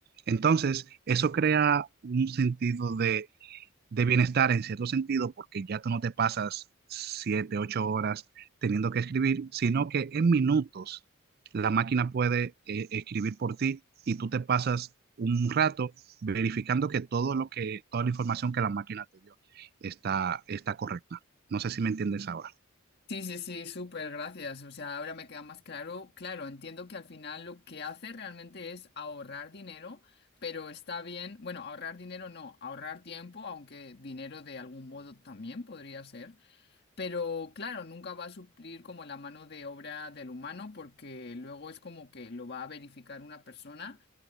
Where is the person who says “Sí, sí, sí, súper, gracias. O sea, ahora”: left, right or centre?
Left